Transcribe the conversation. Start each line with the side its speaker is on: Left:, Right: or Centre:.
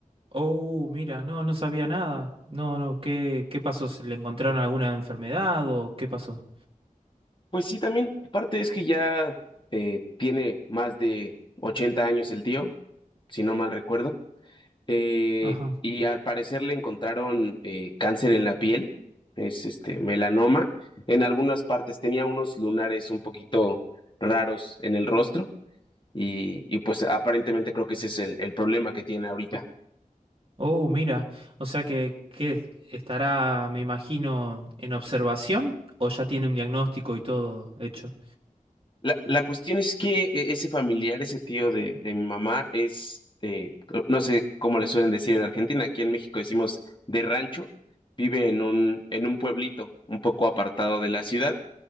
Right: Oh, mira, no, no sabía nada. No, no, ¿qué, qué pasó? ¿Se ¿Le encontraron alguna enfermedad o qué pasó?
Left: Pues sí, también parte es que ya eh, tiene más de 80 años el tío, si no mal recuerdo. eh,
Right: Ajá.
Left: y al parecer le encontraron eh, cáncer en la piel, es este melanoma. En algunas partes tenía unos lunares un poquito raros en el rostro y, y pues aparentemente creo que ese es el, el problema que tiene ahorita.
Right: Oh, mira, o sea que, que estará, me imagino, en observación o ya tiene un diagnóstico y todo hecho.
Left: La, la cuestión es que eh, ese familiar, ese tío de, de mi mamá es, eh, no sé cómo le suelen decir en Argentina, aquí en México decimos de rancho, vive en un, en un pueblito un poco apartado de la ciudad